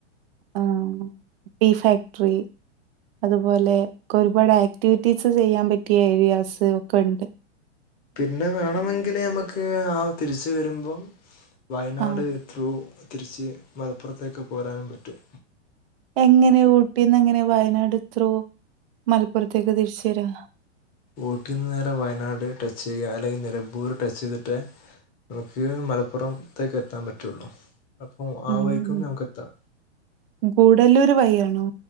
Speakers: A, on the right; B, on the left.
A: ആഹ് ടീഫാക്ടറി..... അതുപോലെക്കൊരുപാട് ആക്ടിവിറ്റീസ് ചെയ്യാൻ പറ്റിയ ഏരിയാസ് ഒക്കെണ്ട്.....
B: പിന്നെ വേണമെങ്കിൽ ഞമ്മക്ക് ആഹ് തിരിച്ച് വരുമ്പം വയനാട്..........
A: ആഹ്
B: ത്രൂ തിരിച്ച് മലപ്പുറത്തേക്ക് പോരാനും പറ്റും.............
A: എങ്ങനെ ഊട്ടീന്നെങ്ങനെ വയനാട് ത്രൂ മലപ്പുറത്തേക്ക് തിരിച്ചു വരാ?
B: ഊട്ടിന്ന് നേരെ വയനാട് ടച്ച് ചെയ്യുക അല്ലെങ്കിൽ നിലമ്പൂര് ടച്ചെയ്തിട്ട് നമുക്ക് മലപ്പുറം ത്തേക്ക് എത്താൻ പറ്റുള്ളു അപ്പൊ ആ
A: ഉം
B: വൈക്കും നമുക്ക് എത്താം.....
A: ഗൂഡല്ലൂര് വഴിയാണോ